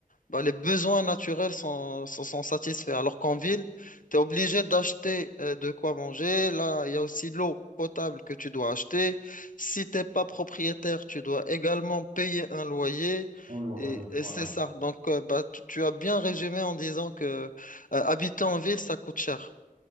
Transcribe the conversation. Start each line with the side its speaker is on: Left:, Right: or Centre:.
Left: bah, les besoins naturels sont, sont, sont satisfaits. Alors qu'en ville, tu es obligé d'acheter euh, de quoi manger. Là, il y a aussi l'eau potable que tu dois acheter. Si t'es pas propriétaire, tu dois également payer un loyer.
Right: On loyer,
Left: Et, et
Right: voilà.
Left: c'est ça. Donc, euh, bah, tu, tu as bien résumé en disant que euh, habiter en ville, ça coûte cher.